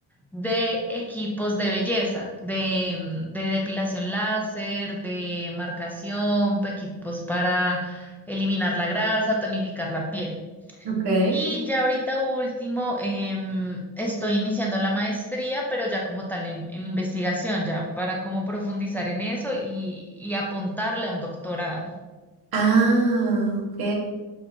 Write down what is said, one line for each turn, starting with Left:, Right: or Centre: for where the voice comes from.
Centre: de equipos de belleza, de, mm, de depilación láser, de marcación, pa- equipos para eliminar la grasa, tonificar la piel.
Right: Ok.
Centre: Y ya ahorita último, em, estoy iniciando la maestría, pero ya como tal en, en investigación, ya para como profundizar en eso y, y apuntarle a un doctorado.
Right: Ah, ok.